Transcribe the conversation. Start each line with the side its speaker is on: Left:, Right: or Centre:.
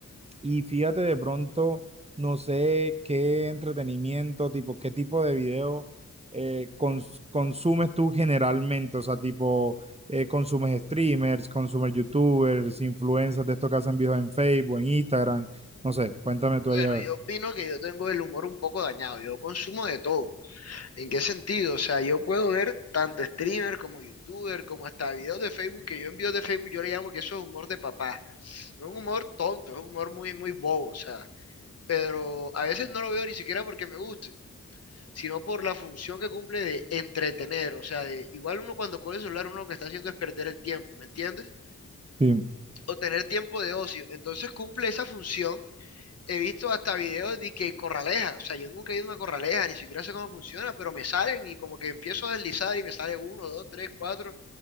Right: Y fíjate de pronto, no sé qué entretenimiento, tipo, qué tipo de video eh, cons- consumes tú generalmente, o sea, tipo, eh, consumes streamers, consumes youtubers, influencers de estos que hacen videos en Facebook, en Instagram, no sé, cuéntame
Left: <laughs>
Right: tú
Left: bueno,
Right: ahí a ver.
Left: yo opino que yo tengo el humor un poco dañado, yo consumo de todo. ¿En qué sentido? O sea, yo puedo ver tanto streamer como youtuber, como hasta videos de Facebook, que yo en videos de Facebook yo le llamo que eso es humor de papá. Es un humor tonto, es un humor muy, muy bobo, o sea, pero a veces no lo veo ni siquiera porque me guste, sino por la función que cumple de entretener, o sea, de, igual uno cuando coge el celular, uno lo que está haciendo es perder el tiempo, ¿me entiendes?
Right: Sí,
Left: O tener tiempo de ocio, entonces cumple esa función he visto hasta videos de que corraleja, o sea, yo nunca he ido a una corraleja, ni siquiera sé cómo funciona, pero me salen y como que empiezo a deslizar y me sale uno, dos, tres, cuatro,